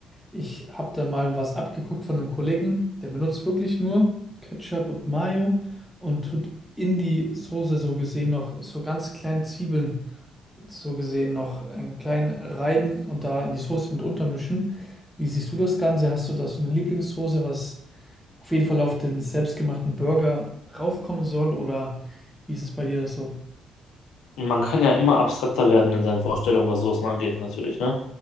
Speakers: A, in the centre; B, on the left.
A: Ich habe da mal was abgeguckt von einem Kollegen, der benutzt wirklich nur Ketchup und Mayo und tut in die Soße so gesehen noch so ganz kleinen Zwiebeln, so gesehen noch einen kleinen reiben und da in die Soße mit untermischen. Wie siehst du das Ganze? Hast du da so eine Lieblingssoße, was auf jeden Fall auf den selbstgemachten Burger raufkommen soll oder wie ist es bei dir so?
B: Und man kann ja immer abstrakter werden in seinen Vorstellungen, was Soßen angeht, natürlich, ne?